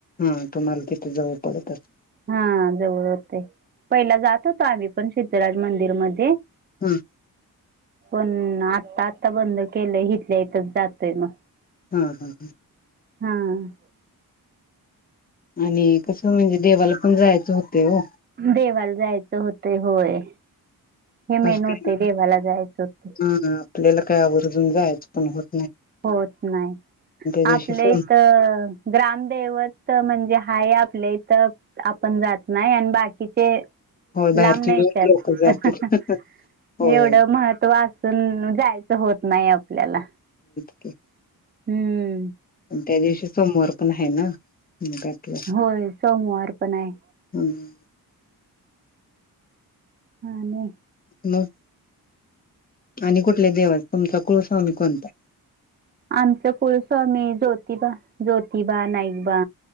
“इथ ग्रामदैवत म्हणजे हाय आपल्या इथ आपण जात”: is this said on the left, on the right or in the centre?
Right